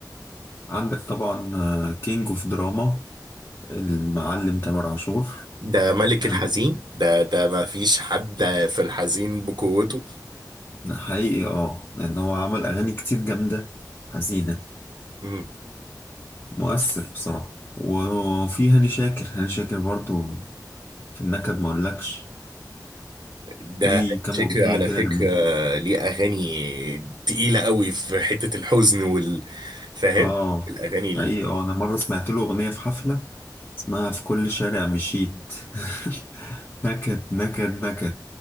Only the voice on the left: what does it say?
عندك طبعا آه، كينج اوف دراما المعلم تامر عاشور
ده
حقيقي اه لان هو عمل اغاني كتير جامده حزينه
مؤثر بصراحه وفي هاني شاكر هاني شاكر برضو في النكد ما اقولكش
ليه كام
اغنيه
كده
جامدين
اه
حقيقي اه انا مره سمعت له اغنيه في حفله اسمها في كل شارع مشيت <laughs> نكد نكد نكد